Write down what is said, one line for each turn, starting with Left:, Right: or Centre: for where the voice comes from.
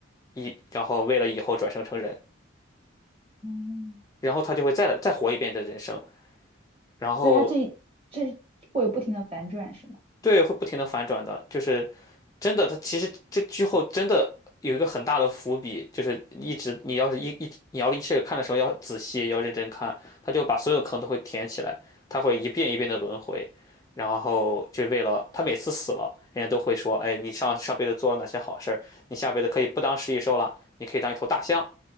Left: 一然后为了以后转生成人，
Right: 嗯，
Left: 然后他就会再来再活一遍的人生，然后
Right: 所以它这这会有不停的反转是吗？
Left: 对，会不停的反转的，就是真的，他其实这之后真的有一个很大的伏笔，就是一直你要是一一你要一开始看的时候要仔细要认真看，他就把所有坑都会填起来，他会一遍一遍的轮回，然后就为了他每次死了，人家都会说，哎，你上上辈子做了哪些好事儿，你下辈子可以不当食蚁兽了，你可以当一头大象。